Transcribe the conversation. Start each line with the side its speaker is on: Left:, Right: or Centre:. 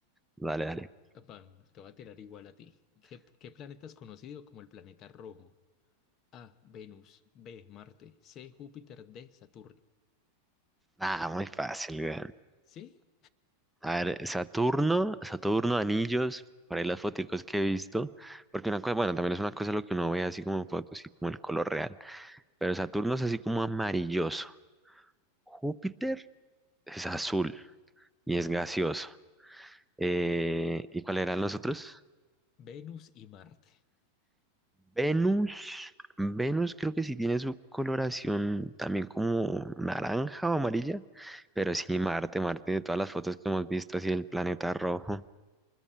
Centre: Dale, dale.
Left: Papá, te voy a tirar igual a ti. ¿Qué, qué planeta es conocido como el planeta rojo? A. Venus. B. Marte. C. Júpiter. D. Saturno.
Centre: Ah, muy fácil, weón.
Left: ¿Sí?
Centre: A ver, Saturno, Saturno, anillos, por ahí las foticos que he visto. Porque una cosa, bueno, también es una cosa lo que uno ve así como en fotos, así como el color real. Pero Saturno es así como amarilloso. Júpiter es azul y es gaseoso. Eh, ¿y cuáles eran los otros?
Left: Venus y Marte.
Centre: Venus, Venus creo que sí tiene su coloración también como naranja o amarilla, pero sí Marte, Marte de todas las fotos que hemos visto así el planeta rojo.